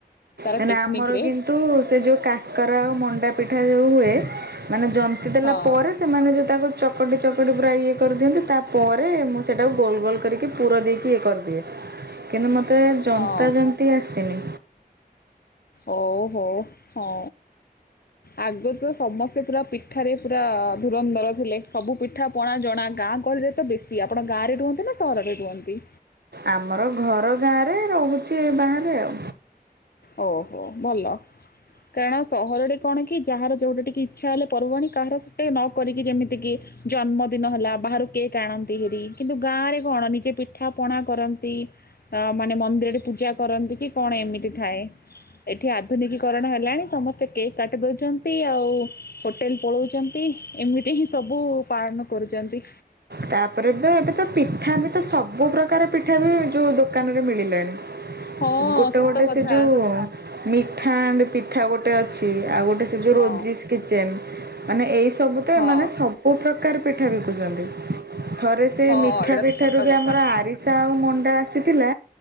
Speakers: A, on the left; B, on the right.
A: ତାର
B: ନାଇ ନାଇ
A: ଟେକ୍ନିକ୍ରେ
B: ଆମର କିନ୍ତୁ ସେ ଯେଉ କାକରା ଆଉ ମଣ୍ଡା ପିଠା ଯେଉଁ ହୁଏ ମାନେ ଯନ୍ତ ନ୍ତି ଦେଲା
A: ହଁ
B: ପରେ ସେମାନେ ଯେଉଁ ତାକୁ ଚକଟି ଚକଟି ପୁରା ଇଏ କରିଦିଅନ୍ତି ତାପରେ ମୁଁ ସେଇଟାକୁ ଗୋଲ ଗୋଲ କରିକି ପୁର ଦେଇକି ଇଏ କରିି ଦିଏ କିନ୍ତୁ ମତେ ଜନ୍ତା
A: ହଁ
B: ଜନ୍ତି ଆସେନି।
A: ଓ ହୋ, ହଁ। ଆଗରୁ ତ ସମସ୍ତେ ପୁରା ପିଠାରେ ପୁରା ଧୁରନ୍ଧର ଥିଲେ, ସବୁ ପିଠା ପଣା ଜଣା ଗାଁ ଗହଳିରେ ତ ବେଶୀ ଆପଣ ଗାଁରେ ରୁହନ୍ତି ନା ସହରରେ ରୁହନ୍ତି?
B: ଆମର ଘର ଗାଁରେ ରହୁଛି ଏ ବାହାରେ ଆଉ।
A: ଓହୋ ଭଲ କାରଣ ସହରରେ କଣ କି? ଯାହାର ଯେଉଁଟା ଟିକି ଇଚ୍ଛା ହେଲେ ପର୍ବାଣୀ କାହାର ସେତେ ନ କରିକି ଯେମିତିକି ଜନ୍ମଦିନ ହେଲା ବାହାରୁ କେକ୍ ଆଣନ୍ତି ହେରି କିନ୍ତୁ ଗାଁରେ କଣ ନିଜେ ପିଠା ପଣା କରନ୍ତି। ତ ମାନେ ମନ୍ଦିରରେ ପୂଜା କରନ୍ତି କି କଣ ଏମିତି ଥାଏ। ଏଠି ଆଧୁନିକୀକରଣ ହେଲାଣି ସମସ୍ତେ କେକ୍ କାଟି ଦଉଚନ୍ତି ଆଉ। ହୋଟେଲ ପଳଉଚନ୍ତି ଏମିତି ହିଁ ସବୁ ପାଳନ କରୁଚନ୍ତି।
B: ତାପରେ ତ ଏବେ ତ ପିଠା ବି ତ ସବୁ ପ୍ରକାର ପିଠା ବି ଯୋଉ ଦୋକାନରେ ମିଳିଲାଣି।
A: ହଁ
B: ଗୋଟେ
A: ସତ
B: ଗୋଟେ
A: କଥା
B: ସେ ଯୋଉ ମିଠା ଆଣ୍ଡ ପିଠା ଗୋଟେ ଅଛି ଆଉ ଗୋଟେ ସେ ଯୋଉ
A: ହଁ
B: ରୋଜିସ୍ କି ଚେନ୍ ମାନେ ଏଇ ସବୁ ତ
A: ହଁ
B: ଏମାନେ ସବୁ ପ୍ରକାର ପିଠା ବିକୁଚନ୍ତି। ଥରେ ସେ
A: ହଁ
B: ମିଠା
A: ଏଇଟା
B: ପିଠାରୁ
A: ତ ସତ
B: ବି
A: କଥା
B: ଆମର ଆରିସା ଆଉ ମଣ୍ଡା ଆସି ଥିଲା